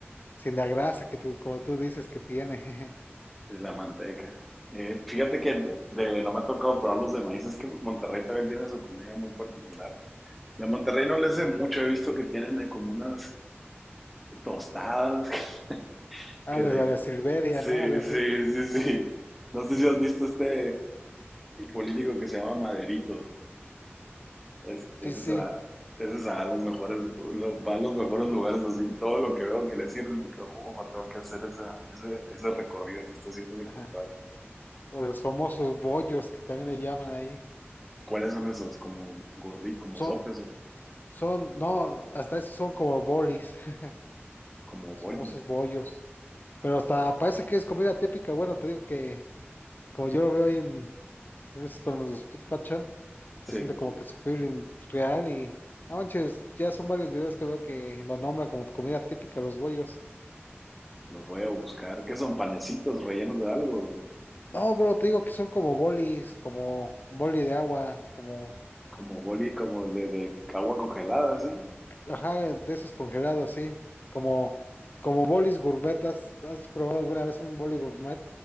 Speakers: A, on the left (about 45°); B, in the centre.
A: sin la grasa que tú, como tú dices que tiene. jeje.
B: es la manteca. Eh, fíjate que de, de- no me ha tocado probarlos de maíz, es que Monterrey también tiene su comida muy particular. De Monterrey no le sé mucho, he visto que tienen eh, como unas tostadas <laughs>
A: Ah,
B: que
A: los
B: de
A: de la Silveria, ¿no?
B: Sí,
A: Algo así.
B: sí, sí, sí. No
A: <laughs>
B: sé si has visto este político que se llama Maderito. Es, ese
A: Sí, sí.
B: se va, ese se va a los mejores, los- va a los mejores lugares, así todo lo que veo que le sirve, me quedo, "Ufa, tengo que hacer esa- ese, ese recorrido que está haciendo mi
A: Ajá.
B: compadre.
A: O los famosos bollos que también le llaman ahí.
B: ¿Cuáles son esos? ¿Como gordi, como
A: Son,
B: sopes o qué?
A: son, no, hasta esos son como bolis. <laughs>
B: como bolis?
A: Los famosos bollos. Pero hasta parece que es comida típica. Bueno, te digo que, como yo lo veo ahí en, en esos con los Fit Fashion, se
B: Sí,
A: siente como que su feeling real y. No manches, ya son varios videos que veo que lo nombran como comida típica los bollos.
B: los voy a buscar. ¿Qué son? ¿Panecitos rellenos de algo? o qué?
A: No, bro, te digo que son como bolis, como boli de agua, como,
B: Como boli, como de, de agua congelada, ¿sí?
A: ajá, de esos congelados, sí. Como, como bolis gourmet. ¿Has, has probado alguna vez un boli gourmet?